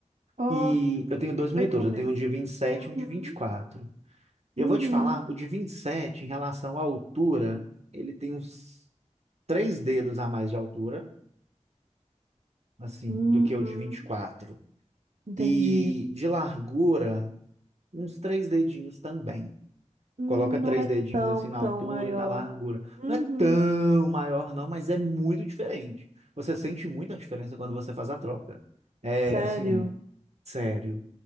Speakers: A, on the right; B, on the right.
A: Ó,
B: E eu tenho dois monitores,
A: foi convencido.
B: eu tenho um de vinte e sete,
A: Uhum.
B: e um de vinte E quatro. eu
A: Uhum.
B: vou te falar, o de 27, em relação à altura, ele tem uns três dedos a mais de altura, assim,
A: Uhum.
B: do que o de vinte e quatro.
A: Entendi.
B: E de largura, uns três dedinhos também.
A: Hum,
B: Coloca três
A: Não é
B: dedinhos
A: tão,
B: assim na
A: tão
B: altura
A: maior.
B: e na largura.
A: Uhum.
B: Não é tão maior, não, mas é muito diferente. Você sente muita diferença quando você faz a troca. É
A: Sério?
B: assim, sério.